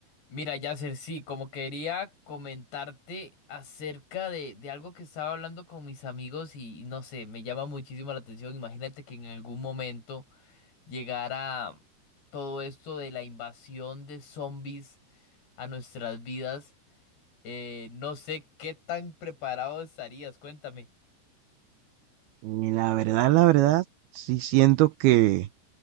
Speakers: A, on the left (about 75°); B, on the right (about 75°).
A: Mira, Yasser, sí, como quería comentarte acerca de, de algo que estaba hablando con mis amigos y, y no sé, me llama muchísimo la atención. Imagínate que en algún momento llegara todo esto de la invasión de zombies a nuestras vidas. Eh, no sé qué tan preparado estarías, cuéntame.
B: Y la verdad, la verdad, sí siento que